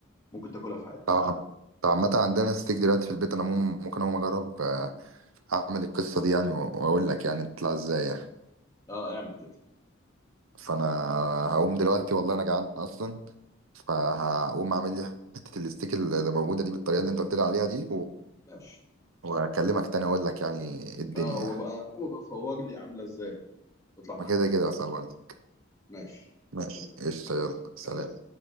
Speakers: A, on the left; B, on the right.
A: ممكن تاكلها في حياتك
B: طبعا طب عامة عندنا ستيك دلوقتي في البيت انا مم- ممكن اقوم اجرب آه، اعمل القصه دي يعني و- واقول لك يعني بتطلع ازاي يعني.
A: اه اعمل كده
B: فانا هقوم دلوقتي والله انا جعان اصلا فهقوم اعمل لي حته الستيك اللي موجوده دي بالطريقه اللي انت قلت لي عليها دي
A: ماشي
B: واكلمك تاني اقول لك يعني إيه الدنيا
A: اه وبقى
B: يعني
A: وبقى صور لي عامله ازاي تطلع معاك
B: ما كده
A: ازاي
B: كده اصلا برضه
A: ماشي مستني
B: ماشي قشطة يلا
A: يلا سلام
B: سلام